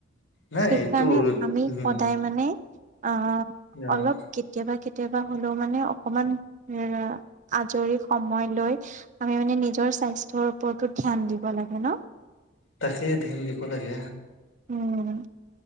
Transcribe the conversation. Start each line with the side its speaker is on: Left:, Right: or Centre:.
Left: নাই
Right: সেইকাৰণে
Left: এইটো
Right: আমি
Left: উম
Right: সদায় মানে অ'
Left: অ'
Right: অলপ কেতিয়াবা কেতিয়াবা কেতিয়াবা হ'লেও মানে অকমান এ আজৰি সময় লৈ আমি মানে নিজৰ স্বাস্থ্যৰ ওপৰতো ধ্যান দিব লাগে ন'।
Left: তাকে ধ্যান দিব লাগে।
Right: উম'।